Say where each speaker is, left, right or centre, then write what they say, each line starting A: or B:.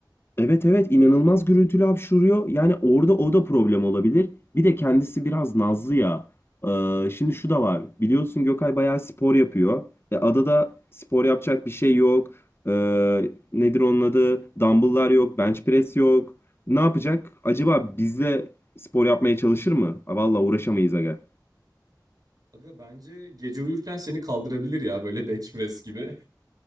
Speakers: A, on the left; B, on the right.
A: Evet evet inanılmaz gürültülü hapşuruyor. Yani orada o da problem olabilir. Bir de kendisi biraz nazlı ya. Ee, şimdi şu da var. Biliyorsun Gökay bayağı spor yapıyor. E, adada spor yapacak bir şey yok. Ee, nedir onun adı? Dumbbell'lar yok. Bench press yok. Ne yapacak? Acaba bizle spor yapmaya çalışır mı? Ha, Vallahi uğraşamayız aga.
B: Aga bence gece uyurken seni kaldırabilir ya böyle <laughs> bench press gibi.